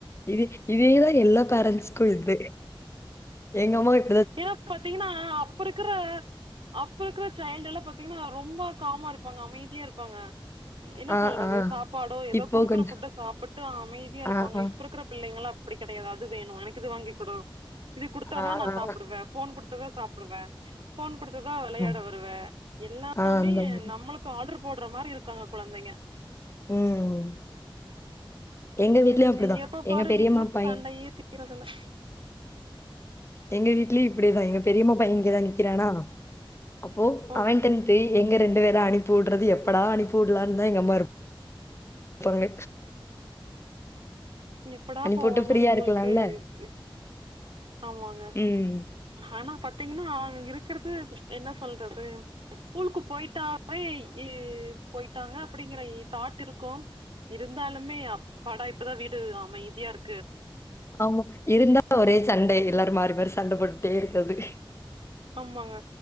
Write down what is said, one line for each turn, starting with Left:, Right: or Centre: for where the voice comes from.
Left: இதி இதேதா எல்லா காரண்ஸ்க்கு இத்து எங்கம்மாய்
Right: ஏனா பாத்தீங்கனா அப்புருக்குற அப் இருக்குற சாசைல்டுல்லா பாத்தீங்கன்னா ரொம்ப காமா இருப்பாங்க அமைதியா இருப்பாங்க என்ன
Left: ஆ,
Right: சொல்றது
Left: ஆ.
Right: சாப்பாடோ ஏதோ
Left: இப்போ
Right: குடுக்குற
Left: கொஞ்சம்
Right: ஃபுட்ட சாப்புட்டு அமைதியா இருப்பாங்க
Left: ஆ, ஆ,
Right: இப்ப இருக்குற பிள்ளைங்களாப் ப்டி கெடையாது அது வேணு எனக் இது வாங்கி குடோ இது குடுத்தாதா
Left: ஆ,
Right: நா
Left: ஆ,
Right: சாப் வே ஃபோன் குடுத்ததா சாப்டுவே ஃபோன் குடுத்துதா விளையாட
Left: ம்.
Right: வருவே எல்லாமே
Left: ஆ அந்த மாரி.
Right: நம்மளுக் சோ ஆல்டர் போட்ற மாரி இருக்காங்க குழந்தைங்க
Left: ம். எங்க
Right: உம்
Left: வீட்லயும் அப்படிதான்.
Right: எப்ப பாரு
Left: எங்க பெரியம்மா
Right: வீட்ல
Left: பையன்
Right: சண்டையே தி இரதில்ல
Left: எங்க வீட்லியு இப்புடேதா எங்க பெரியம்மா பைய இங்கதா நிக்கிறானா அப்போ
Right: ஓகே
Left: அவன்டன்த் தெய் எங்க ரெண்டு வேரா அனுப்பி வுட்றது எப்படா அனுப்பி வுட்லான் தா எங்கம்மாரு ப்பாங்க
Right: இங் எப்படா
Left: அனுப்பிவுட்டு
Right: போவாங்க
Left: ஃப்ரீயா
Right: ஸ்கூல்க்கே
Left: இருக்கலாம்ல.
Right: எ ஆமாங்க
Left: ம்.
Right: ஆனா பாத்தீங்கன்னா அங் இருக்குறுது என்னா சொல்றது ஸ்கூலுக்கு போய்ட்டாவே எ போய்ட்டாங்க அப்படிங்கறய் தாட் இருக்கும் இருந்தாலுமே அப்பாடா இப்பதா வீடு அமைதியார்
Left: ஆமா இருந்தா ஒரே சண்டை எல்லாரு மாறி மாறி சண்ட போட்டுட்டே இருக்கது
Right: ஆமாங்க